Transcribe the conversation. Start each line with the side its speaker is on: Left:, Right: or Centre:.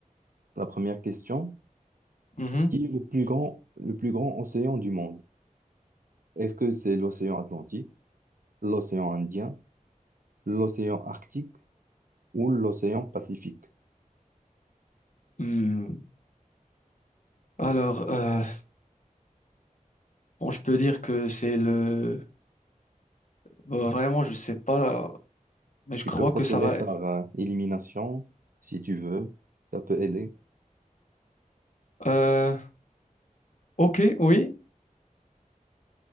Right: la première question,
Left: Mhm.
Right: qui est le plus grand, le plus grand océan du monde? Est-ce que c'est l'océan Atlantique, l'océan Indien, l'océan Arctique ou l'océan Pacifique?
Left: Hmm. Alors, euh, bon, je peux dire que c'est le... bah, vraiment, je sais pas là, mais je
Right: Tu
Left: crois
Right: peux procéder
Left: que ça va...
Right: par
Left: être...
Right: euh, élimination si tu veux. Ça peut aider.
Left: Euh, ok, oui.